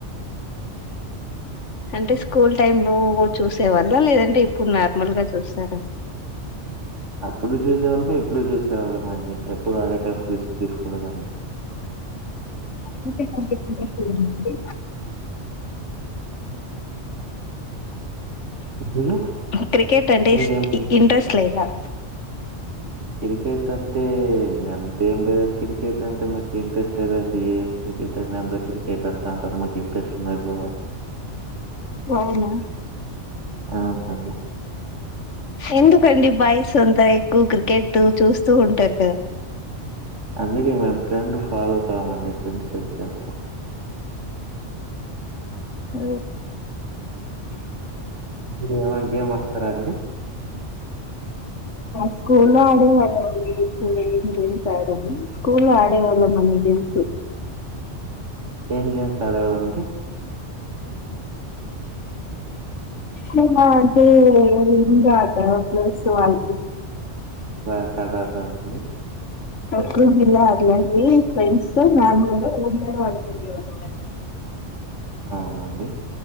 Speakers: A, on the left (about 80°); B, on the right (about 85°).
A: అంటే స్కూల్ టైమ్ లో చూసేవాళ్ళా లేదంటే ఇప్పుడు నార్మల్ గా చూస్తారా
B: అప్పుడు చూసేవాళ్ళము ఇప్పుడు చూసేవాళ్ళమండి ఎప్పుడు ఆడే ఛాన్స్ తీసుకోలేదండి
A: కుంటే కూడా ఇంట్రెస్ట్ లేదా అండి
B: మీరు?
A: క్రికెట్ ఇస్
B: మీరేం
A: ఇంట్రెస్ట్ లేదా
B: క్రికెట్ అంటే అంతేం లేదండి క్రికెట్ అంటే మాకు ఇంట్రెస్ట్ లేదండి ఏం క్రికెట్ అండి అందరు క్రికెట్ అంటా అంటారు మాకు ఇంట్రెస్ట్ ఉండది బా
A: అవునా
B: అవును అండి
A: ఎందుకండి బాయ్స్ అంతా ఎక్కువ క్రికెట్ చూస్తూ ఉంటారు కదా
B: అందుకే మేము ట్రెండ్ ఫాలో కాము అండి ట్రెండ్ సెట్ చేస్తాం
A: ఊ
B: మీరు ఏమన్న గేమ్ ఆడతారా అండి
A: స్కూల్లో ఆడేవాళ్ళం అండి స్కూల్ <unintelligible> గేమ్స్ ఆడం స్కూల్లో ఆడేవాళ్ళం అన్ని గేమ్స్
B: ఏం గేమ్స్ ఆడేవాళ్ళు అండి
A: మేమా అంటే రింగ్ ఆట ప్లస్ వన్
B: అట్లాంటి ఆడతారా అండి
A: తొక్కుడు బిళ్ళ అటువంటివి ఫ్రెండ్స్ తో నార్మల్ గా ఊర్లల్లో ఆడుకునేవాళ్ళం అండి
B: అవున అండి